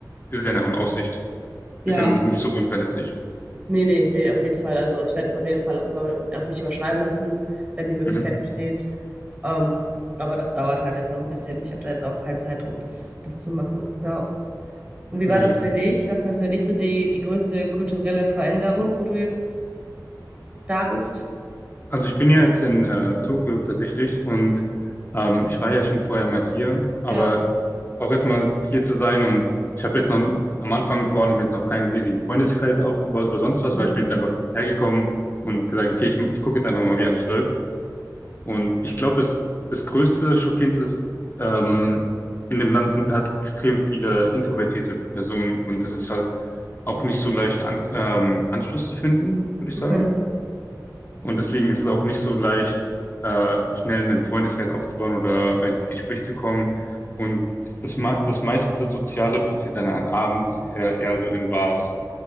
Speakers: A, on the left; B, on the right.
A: ist es ja noch in Aussicht.
B: Ja,
A: Ist ja nicht so unrealistisch.
B: nee, nee, nee, auf jeden Fall. Also ich werde das auf jeden Fall auch über, auf mich überschreiben lassen, wenn die Möglichkeit
A: Mhm.
B: besteht. Ähm, aber das dauert halt jetzt noch ein bisschen. Ich habe da jetzt auch keinen Zeitdruck, das, das zu machen. Ja. Und wie
A: Mega.
B: war das für dich? Was war für dich so die, die größte kulturelle Veränderung, wo du jetzt da bist?
A: Also ich bin ja jetzt in äh, Tokio tatsächlich und ähm, ich war ja schon vorher mal hier, aber
B: Ja,
A: auch jetzt mal hier zu sein und ich habe jetzt noch am Anfang vor allem jetzt noch keinen riesigen Freundeskreis aufgebaut oder sonst was,
B: Mhm.
A: weil ich bin jetzt einfach hergekommen und gesagt, okay, ich, ich gucke jetzt einfach mal, wie alles läuft. Und ich glaube, das, das größte Schockierende ist, ähm, in dem Land sind halt extrem viele introvertierte Personen und das ist halt auch nicht so leicht an, ähm, Anschluss zu finden, würde ich
B: Okay.
A: sagen. Und deswegen ist es auch nicht so leicht, äh, schnell einen Freundeskreis aufzubauen oder ins Gespräch zu kommen. Und das, me das meiste Soziale passiert dann an abends eher, eher so in Bars.